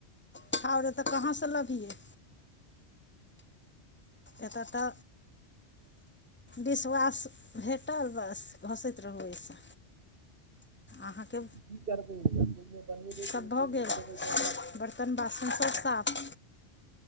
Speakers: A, on the left; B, on the right.
A: छाउर एत कहा से लबियै। एतऽ त विश्वास भेटल बस घसैत रहू ओइसे। अहाँ के
B: की करबै। बनेबै
A: सब
B: तऽ
A: भ
B: जाहिमे
A: गेल,
B: खेबै तऽ
A: बर्तन बासन सब साफ